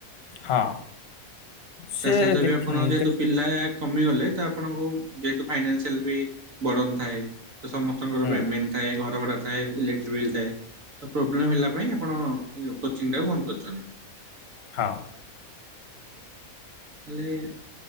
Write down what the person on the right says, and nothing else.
ତା ସହିତ
ବି ଆପଣ ଯେହେତୁ
ପିଲା କମିଗଲେ ଆପଣଙ୍କୁ ଯେହତୁ ଫାଇନାନସିଆଲ ବି ବର୍ଡ଼ନ୍ ଥାଏ। ତ ସମସ୍ତଙ୍କର
ପେମେଣ୍ଟ ଥାଏ ଘର ଭଡା ଥାଏ ଇଲେକ୍ଟ୍ରିକ ବିଲ୍ ଥାଏ। ତ ପ୍ରୋବ୍ଲେମ ହେଲା ପାଇଁ ଆପଣ କୋଚିଂ ଟା ବନ୍ଦ କରିଛନ୍ତି।
ତାହେଲେ